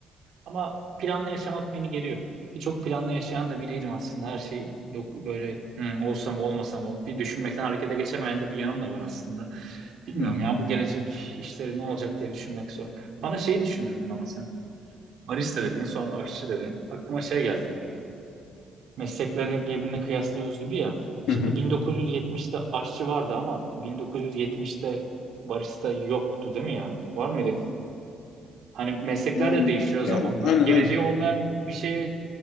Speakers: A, on the right; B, on the left.
A: Ama planlı yaşamak beni geriyor. Ki çok planlı yaşayan da biriydim aslında. Her şey dok- böyle "Hmm, olsa mı olmasa mı bir düşünmekten harekete geçemeyen de bir yanım da var aslında. Bilmiyorum
B: hı hı,
A: ya bu gelecek işleri ne olacak diye düşünmek zor. Bana şeyi düşündürdün ama sen. Barista dedin sonra aşçı dedin. Aklıma şey geldi. meslekleri birbirine kıyaslıyoruz gibi ya. Şimdi
B: hı hı.
A: 1970'te aşçı vardı ama 1970'te barista yoktu değil mi ya? Var mıydı? Hani meslekler
B: Yani,
A: de değişiyor zamanla.
B: Gel aynen
A: Geleceği
B: aynen.
A: olmayan bir şeye